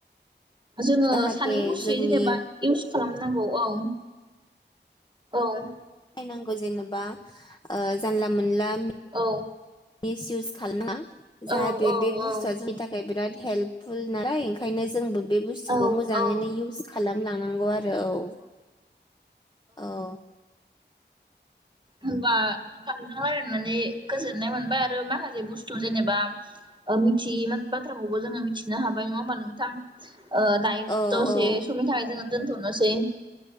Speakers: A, on the right; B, on the left.
A: जोङो
B: जाहाथे
A: सानै हसेयै
B: जोंनि
A: जेनेबा इउस खालामनांगौ औ औ।
B: नांग' जेनेबा ओ जानला मोनला
A: औ
B: मिस इउस खालामा जाहाथे
A: औ
B: बे बुस्थुआ
A: औ
B: जोंनि थाखाय बिराद हेल्पफुल नालाय ओंखायनो जोंबो बे बुस्थुखौ
A: औ
B: मोजाङैनो
A: औ
B: इउस खालाम लां नांगौ आरो औ औ।
A: होमबा नोंथांजों रायलायनानै गोजोननाय मोनबाय आरो माखासे बुस्थु जेनेबा ओ मिथियै बाथ्राखौबो जोङो मिथिनो हाबाय नङा होमबा नोंथां? ओ दाइन
B: औ
A: दसे
B: औ
A: समनि थाखाय जोङो दोनथ'नोसै।